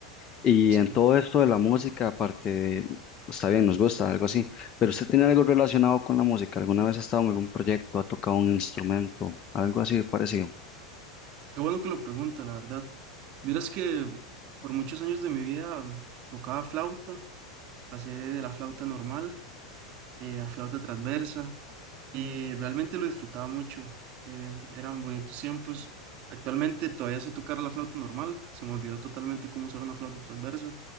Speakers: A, on the left; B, on the right.
A: Y
B: Sí,
A: en todo esto de la música, aparte de- está bien, nos gusta, algo así, pero usted tiene algo relacionado con la música. ¿Alguna vez ha estado en algún proyecto, ha tocado un instrumento, algo así de parecido?
B: qué bueno que lo pregunta, la verdad. Miras que por muchos años de mi vida mm, tocaba flauta, pasé de la flauta normal eh, a flauta transversa. y realmente lo disfrutaba mucho. eh, eran bonitos tiempos. Actualmente todavía sé tocar la flauta normal, se me olvidó totalmente cómo usar una flauta transversa,